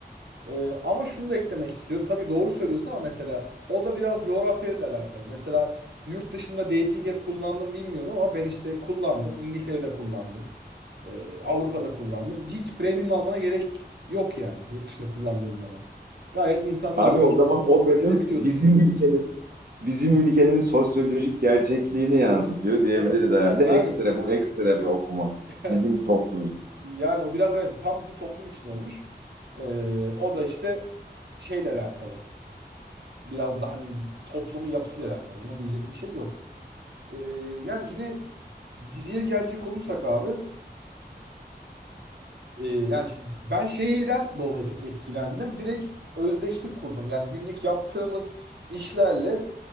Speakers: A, on the right (about 85°); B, on the right (about 60°).
A: E, ama şunu da eklemek istiyorum. Tabii doğru söylüyorsun ama mesela o da biraz coğrafyayla da alakalı. Mesela yurt dışında dating app kullandım bilmiyorum ama ben işte kullandım. İngiltere'de kullandım. Ee, Avrupa'da kullandım. Hiç premium almana gerek yok yani yurt dışında kullandığın zaman. Gayet insanlarla
B: Abi o
A: iç
B: zaman
A: içe
B: o
A: sohbet
B: bölüm
A: edebiliyorsun.
B: bizim ülkenin bizim ülkenin sosyolojik gerçekliğini yansıtıyor diyebiliriz
A: Evet.
B: herhalde.
A: Yani
B: Ekstra bu ekstra bir okuma
A: <laughs>
B: bizim toplum için.
A: yani o biraz evet tam bizim toplum için olmuş. Ee, o da işte şeyle alakalı. Biraz da hani toplumun yapısıyla alakalı. Ona diyecek bir şey yok. Ee, yani yine diziye gelecek olursak abi Ee, yani şimdi ben şeyden dolayı çok etkilendim. Direkt özdeşlik kurdum. Yani günlük yaptığımız işlerle